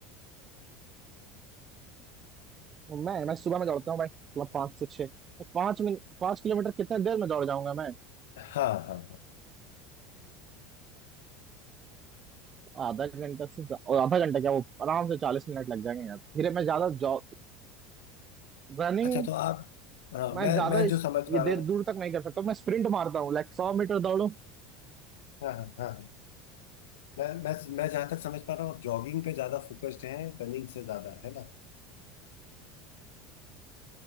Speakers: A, on the right; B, on the left.
A: मैं मैं सुबह में दौड़ता हूँ भाई मतलब पाँच से छः तो पाँच मिनट पाँच किलोमीटर कितने देर में दौड़ जाऊंगा मैं
B: हाँ हाँ हाँ
A: आधा घंटा से ज्या- और आधा घंटा क्या वो आराम से चालीस मिनट लग जाएंगे यार फिर मैं ज्यादा जॉग रनिंग
B: अच्छा तो आप हाँ
A: मैं
B: मैं
A: ज्यादा
B: मैं जो
A: इस
B: समझ पा
A: ये देर
B: रहा हूँ
A: दूर तक नहीं कर सकता मैं स्प्रिंट मारता हूँ लाइक सौ मीटर दौड़ू
B: हाँ हाँ हाँ हाँ। मैं मैं मैं जहां तक समझ पा रहा हूँ आप जॉगिंग पे ज्यादा फोकस्ड हैं रनिंग से ज्यादा है ना